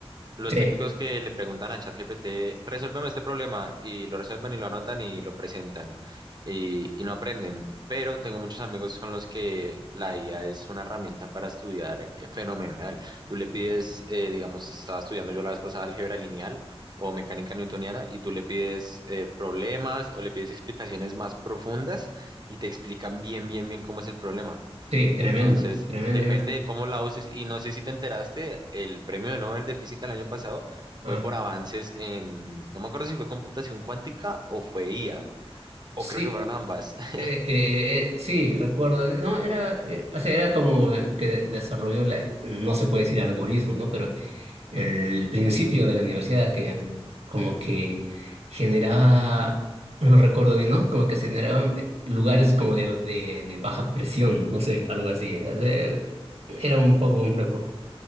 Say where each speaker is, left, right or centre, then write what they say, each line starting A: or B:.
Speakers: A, on the right (about 45°); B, on the right (about 80°).
A: los
B: Sí,
A: típicos que le preguntan a ChatGPT, resuélveme este problema, y lo resuelven y lo anotan y lo presentan, y, y no aprenden. Pero tengo muchos amigos con los que la IA es una herramienta para estudiar eh, fenomenal. Tú le pides, eh, digamos, estaba estudiando yo la vez pasada álgebra lineal o mecánica newtoniana, y tú le pides eh, problemas o le pides explicaciones más profundas y te explican bien, bien, bien cómo es el problema.
B: sí, tremendo,
A: Entonces,
B: tremendo.
A: depende
B: Yo,
A: de cómo la uses. Y no sé si te enteraste, el premio de Nobel de Física el año pasado fue
B: ah,
A: por avances en, no me acuerdo si fue computación cuántica o fue IA, o
B: sí,
A: creo que fueron
B: eh,
A: ambas. <laughs>
B: eh, eh, eh, sí, recuerdo. No, era, eh, o sea, era como que desarrolló, la, no se puede decir algoritmo, ¿no? Pero el principio de la universidad que como que generaba, no recuerdo bien, ¿no? Como que se generaban eh, lugares como de, de, de baja presión, no sé, algo así. Eh, eh, Era un poco complejo.